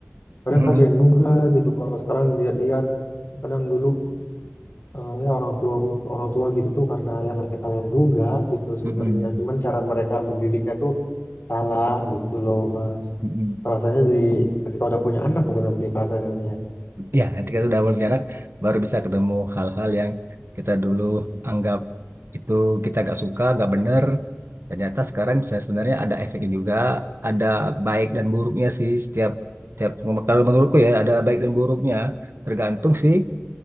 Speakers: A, on the left; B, on the right.
A: Kadang
B: Mm-mm.
A: kasihan juga gitu kalau sekarang dilihat-lihat kadang dulu eh, ya orang tua orang tua gitu tuh karena ya mereka kalian juga gitu sebenarnya
B: Mm-mm.
A: cuman cara mereka mendidiknya tuh salah gitu loh mas
B: Mm-mm.
A: rasanya di ketika udah punya anak bukan nanti perasaan nanti ya
B: ya nanti kita sudah berjalan baru bisa ketemu hal-hal yang kita dulu anggap itu kita gak suka gak bener ternyata sekarang bisa sebenarnya ada efeknya juga ada baik dan buruknya sih setiap setiap kalau menurutku ya ada baik dan buruknya tergantung sih